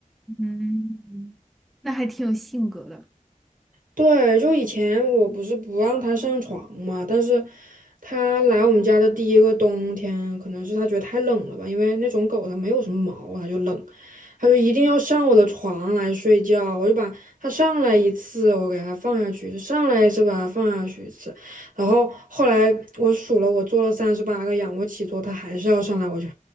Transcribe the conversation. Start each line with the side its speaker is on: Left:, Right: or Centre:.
Centre: 嗯，那还挺有性格的。
Right: 对，就以前我不是不让他上床嘛，但是他来我们家的第一个冬天，可能是他觉得太冷了吧，因为那种狗它没有什么毛，它就冷，它就一定要上我的床来睡觉，我就把它上来一次，我给它放下去，就上来一次把它放下去一次，然后后来我数了，我做了三十八个仰卧起坐，它还是要上来，我就